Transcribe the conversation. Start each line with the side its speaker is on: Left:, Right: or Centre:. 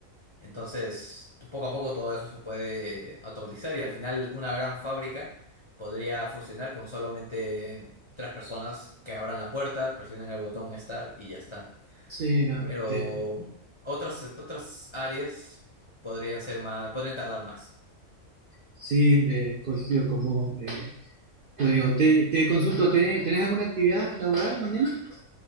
Left: Entonces, tú- poco a poco todo eso se puede automatizar y al final una gran fábrica podría funcionar con solamente tres personas que abran la puerta, presionen el botón Start y ya está.
Right: sí, no,
Left: Pero
Right: te,
Left: otras, otras áreas podrían ser más, podrían tardar más.
Right: sí, eh, coincido con vos, eh, Rodrigo. Te, te consulto, ¿te- ¿tenés alguna actividad laboral mañana?